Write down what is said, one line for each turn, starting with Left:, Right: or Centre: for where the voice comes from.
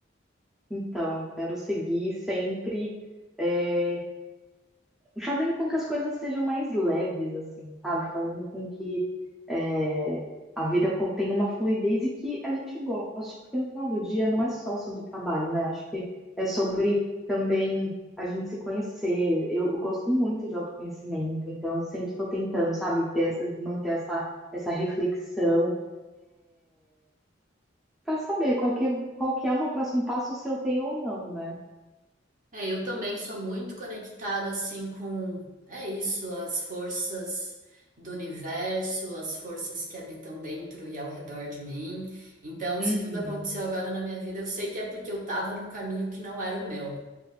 Centre: Então, eu quero seguir sempre. eh, fazendo com que as coisas sejam mais leves, assim, sabe? Fazendo com que é, a vida co- tenha uma fluidez e que a gente goste, porque no final do dia não é só sobre trabalho, né? Acho que é sobre também a gente se conhecer. Eu gosto muito de autoconhecimento, então eu sempre estou tentando, sabe, ter essa- manter essa, essa reflexão. para saber qual que, qual que é o meu próximo passo, se eu tenho ou não, né?
Right: É, eu também sou muito conectada assim com, é isso, as forças do universo, as forças que habitam dentro e ao redor de mim. Então, se
Centre: Uhum.
Right: tudo aconteceu agora na minha vida, eu sei que é porque eu tava num caminho que não era o meu